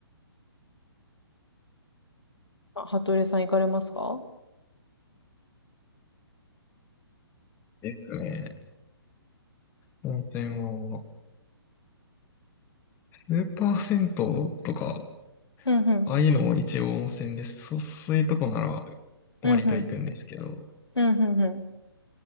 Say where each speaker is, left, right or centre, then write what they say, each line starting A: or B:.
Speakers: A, on the left (about 80°); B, on the left (about 15°).
A: あ、服部さん行かれますか
B: ですね。温泉は、スーパー銭湯とか、
A: うんうん。
B: ああいうのも一応温泉です。そ、そういうとこなら
A: うんうん。
B: 割と行くんですけど、
A: うんうんうん。